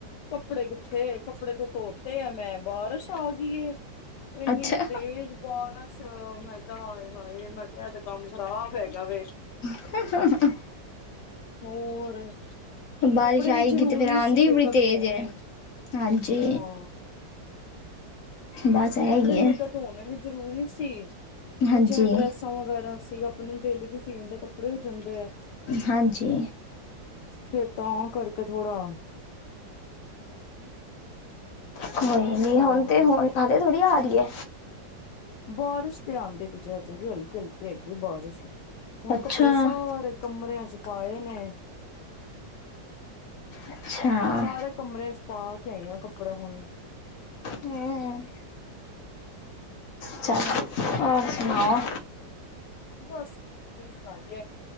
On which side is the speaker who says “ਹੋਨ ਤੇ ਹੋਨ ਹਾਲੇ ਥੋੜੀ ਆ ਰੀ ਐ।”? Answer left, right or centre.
Left